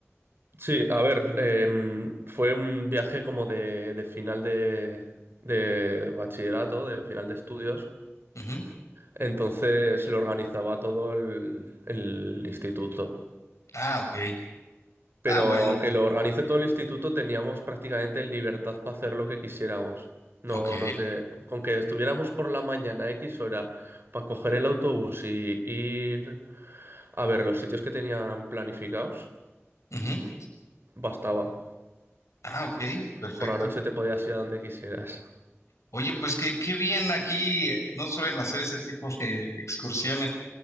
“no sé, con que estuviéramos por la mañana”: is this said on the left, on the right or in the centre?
Right